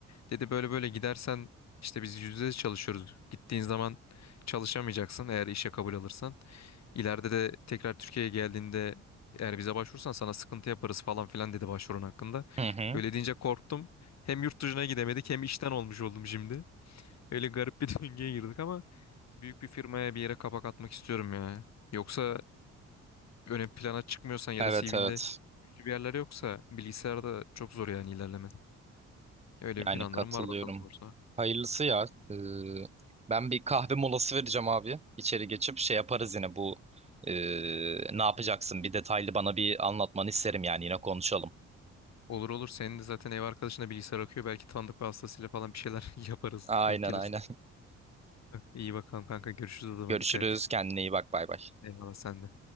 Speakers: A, on the left; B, on the right.
A: Dedi böyle böyle gidersen işte biz yüzde yüz çalışıyoruz. Gittiğin zaman çalışamayacaksın eğer işe kabul alırsan. İleride de tekrar Türkiye'ye geldiğinde eğer bize başvurursan sana sıkıntı yaparız falan filan dedi başvurun hakkında.
B: Hı hı.
A: Öyle deyince korktum. Hem yurt dışına gidemedik hem işten olmuş oldum şimdi. Öyle garip bir <laughs> döngüye girdik ama büyük bir firmaya bir yere kapak atmak istiyorum ya. Yoksa ön plana çıkmıyorsan ya
B: Evet
A: da CV'nde
B: evet.
A: güçlü bir yerler yoksa bilgisayarda çok zor yani ilerlemen. Öyle
B: Yani
A: bir planlarım
B: katılıyorum.
A: var bakalım olursa.
B: Hayırlısı ya. Ee, ben bir kahve molası vereceğim abi. İçeri geçip şey yaparız yine bu ee, ne yapacaksın? Bir detaylı bana bir anlatmanı isterim yani yine konuşalım.
A: Olur olur senin de zaten ev arkadaşına bilgisayar okuyor. Belki tanıdık vasıtasıyla falan bir şeyler <laughs> yaparız
B: Aynen
A: denk gelirse.
B: aynen.
A: İyi bakalım kanka görüşürüz o zaman
B: Görüşürüz.
A: dikkat et.
B: Kendine iyi bak. Bay bay.
A: Eyvallah sen de.